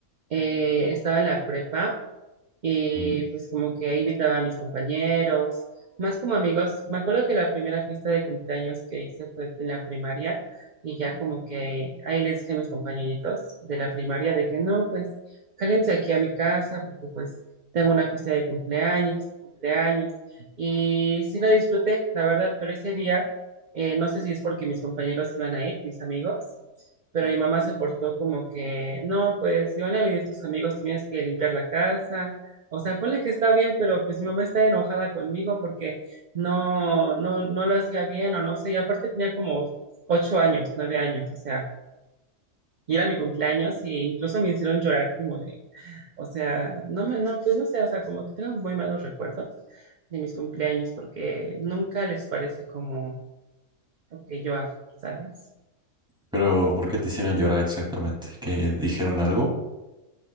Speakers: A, on the right; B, in the centre.
A: eh, estaba en la prepa y
B: Ujú.
A: pues como que ahí invitaba a mis compañeros, más como amigos. Me acuerdo que la primera fiesta de cumpleaños que hice fue en la primaria y ya como que ahí les dije a mis compañeritos de la primaria de que no, pues jálense aquí a mi casa porque pues tengo una fiesta de cumpleaños, cumpleaños y sí la disfruté, la verdad, pero ese día, eh, no sé si es porque mis compañeros iban a ir, mis amigos. Pero mi mamá se portó como que, no, pues si van a venir tus amigos, tienes que limpiar la casa, o sea, ponle que está bien, pero pues mi mamá está enojada conmigo porque no, no, no lo hacía bien o no sé. Y aparte tenía como ocho años, nueve años, o sea, y era mi cumpleaños y incluso me hicieron llorar como de, o sea, no me, no, pues no sé, o sea, como que tengo muy malos recuerdos de mis cumpleaños porque nunca les parece como lo que yo hago, ¿sabes?
B: Pero ¿por qué te hicieron llorar exactamente? ¿Que dijeron algo?